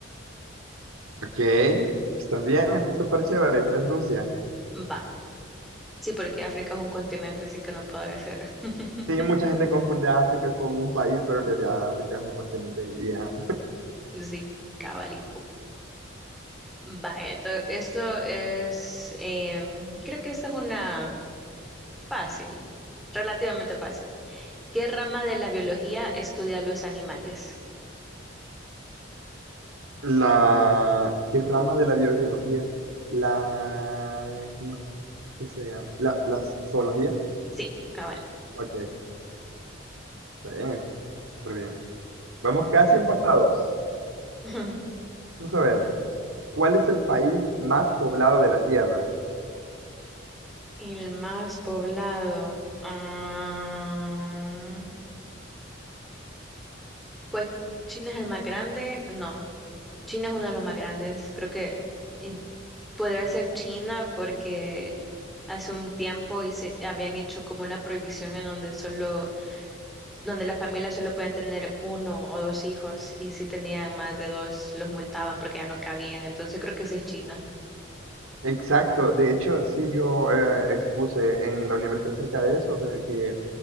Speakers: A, on the right; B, in the centre.
A: Ok, estás bien, está súper chévere, es es Rusia.
B: Va. Sí, porque África es un continente, así que no podría ser. <laughs>
A: Sí, mucha gente confunde África con un país, pero en realidad África es un continente. Y, ajá.
B: Sí, cabalito. Va, esto, esto es, em, creo que esta es una fácil, relativamente fácil. ¿Qué rama de la biología estudia los animales?
A: La, ¿qué rama de la biología? La, ¿cómo es que sea? La, la zoología.
B: Sí, cabal.
A: Ok, está bien, está súper bien. Vamos casi empatados.
B: <laughs>
A: Vamos a ver, ¿cuál es el país más poblado de la Tierra?
B: El más poblado. ah, pues China es el más grande. No, China es uno de los más grandes. Creo que en Podría ser China porque hace un tiempo hice- habían hecho como una prohibición en donde solo, donde las familias solo pueden tener uno o dos hijos y si tenían más de dos los multaban porque ya no cabían. Entonces creo que sí es China.
A: Exacto, de hecho, sí, yo eh, expuse en la universidad acerca de eso, de que